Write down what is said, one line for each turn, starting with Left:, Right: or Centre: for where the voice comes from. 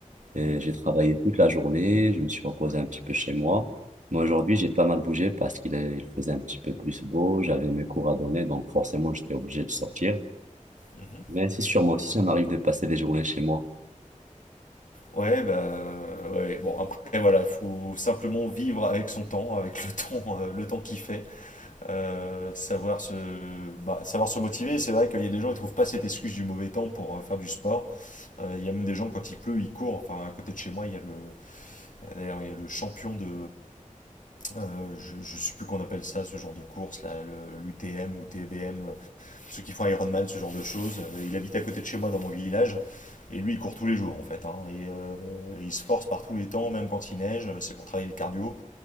Right: Et
Left: mhm,
Right: j'ai travaillé toute la journée, je me suis reposé un petit peu chez moi. moi aujourd'hui, j'ai pas mal bougé parce qu'il est- il faisait un petit peu plus beau, j'avais mes cours à donner, donc forcément, j'étais obligé de sortir.
Left: mhm.
Right: Mais c'est sûr, moi aussi, ça m'arrive de passer des journées chez moi.
Left: Ouais, bah, ouais, bon, après, voilà, faut simplement vivre avec son temps, avec le temps, euh, le temps qu'il fait. euh, savoir se, bah, savoir se motiver. C'est vrai qu'il y a des gens qui ne trouvent pas cette excuse du mauvais temps pour euh, faire du sport. Euh, il y a même des gens, quand il pleut, ils courent. Enfin, à côté de chez moi, il y a le, d'ailleurs, il y a le champion de. euh, je ne sais plus qu'on appelle ça, ce genre de course, là, le- l'UTM ou TBM, euh, ceux qui font Ironman, ce genre de choses. Euh, il habite à côté de chez moi dans mon village. Et lui, il court tous les jours en fait. hein. et euh, il se force par tous les temps, même quand il neige. euh, C'est pour travailler le cardio.